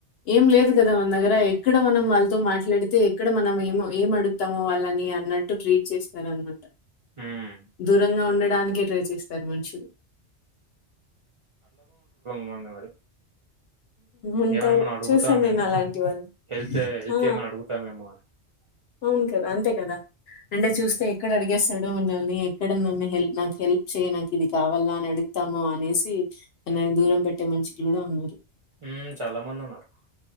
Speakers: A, on the left; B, on the right.
A: ఏం లేదు కదా మన దగ్గర ఎక్కడ మనం వాళ్ళతో మాట్లాడితే ఎక్కడ మనం ఏమో ఏం అడుగు త్తమొ వాళ్ళని అన్నట్టు ట్రీట్ చేస్తారనమాట
B: ఉమ్.
A: దూరంగా ఉండడానికే ట్రై చేస్తారు మనుషులు
B: మోన్న మరి
A: ఉంటారు
B: ఏమైనా మనం అడుగుతామేమో
A: చూసాను నేను అలాంటి
B: అని
A: వాళ్ళు
B: హెల్ప్ చే హెల్ప్
A: ఆ
B: చేయమని అడుగుతామేమో అని
A: అవును కదా అంతే కదా అంటే
B: ఉమ్.
A: చూస్తే ఎక్కడ అడిగేస్ డ మనల్ని ఎక్కడ నన్ను హెల్ప్ నాకు హెల్ప్ చేయ నాకు ఇది కావాల అని అడుగుతామ అనేసి మనల్ని దూరం పెట్టే మనుషులు కూడా ఉన్నారు
B: ఉ చాలా మంది ఉన్నారు